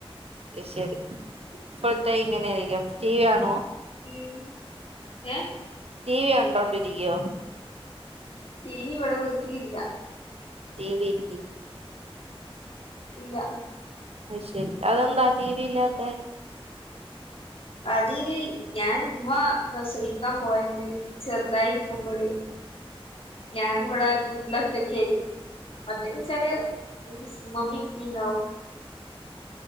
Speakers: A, on the right (about 85°); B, on the left (about 65°).
A: അത് ശരി ഫുൾ ടൈം ഇങ്ങനെയിരിക്കും ടി വി കാണോ
B: ഉം ഏഹ്
A: ടി വി കണ്ടോണ്ടിരിക്കോ
B: ടി വി ഇവിടെ വീട്ടിൽ ഇല്ല
A: ടി വി ഇല്ലേ
B: ഇല്ല
A: അയ് ശരി അതെന്താ ടിവി ഇല്ലാത്തെ
B: അത് ഞാൻ ഇവ പ്രസവിക്കാൻ പോയന്ന് ചെറുതായി ഇരിക്കുമ്പളെ ഞാന്
A: ആഹ്
B: ഇവിടെ വീട്ടില് ഒറ്റക്ക് ആയി ഒറ്റക്ക് വെച്ചാല് മീൻസ് മമ്മി പ്പിഇണ്ടാവും